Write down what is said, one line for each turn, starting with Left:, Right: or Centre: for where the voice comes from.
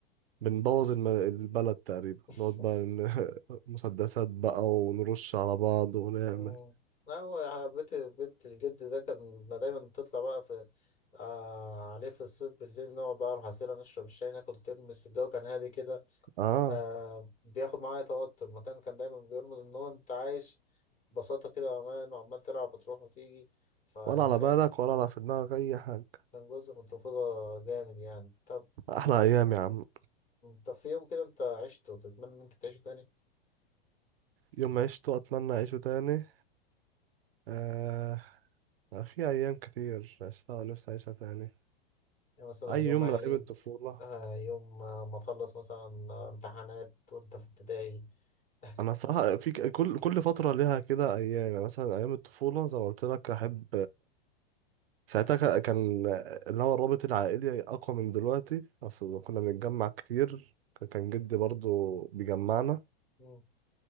Right: بنبوظ الم- البلد تقريبا
Left: <laughs>
Right: نقعد بقى ن- <laughs> مسدسات بقى ونرش على بعض ونعمل
Left: مم. لا هو على بيت بيت الجد ده كان دايما بتطلع بقى في آه عليه في الصيف بالليل نقعد بقى على الحصيرة نشرب الشاي ناكل ترمس الجو كان هادي كده
Right: اه
Left: آه بياخد معايا توتر المكان كان دايما بيرمز إن هو أنت عايش ببساطة كده وأمان وعمال تلعب وتروح وتيجي فيعني
Right: ولا على
Left: كان
Right: بالك ولا على في دماغك أي حاجة
Left: كان جزء من الطفولة جامد يعني طب
Right: أحلى أيام يا عم
Left: طب في يوم كده أنت عشته تتمنى إن أنت تعيشه تاني
Right: يوم ما عشته أتمنى أعيشه تاني آه في أيام كتير عشتها ونفسي أعيشها تاني
Left: يعني مثلا
Right: أي
Left: يوم
Right: يوم
Left: عيد
Right: من أيام الطفولة
Left: آه يوم آه، ما تخلص مثلا آه، امتحانات وأنت في ابتدائي مم.
Right: أنا صراحة في ك- كل كل فترة ليها كده أيام يعني مثلا أيام الطفولة زي ما قلت لك أحب ساعتها ك- كان اللي هو الرابط العائلي أقوى من دلوقتي أصل كنا بنتجمع كتير ك- كان جدي برضو بيجمعنا
Left: مم.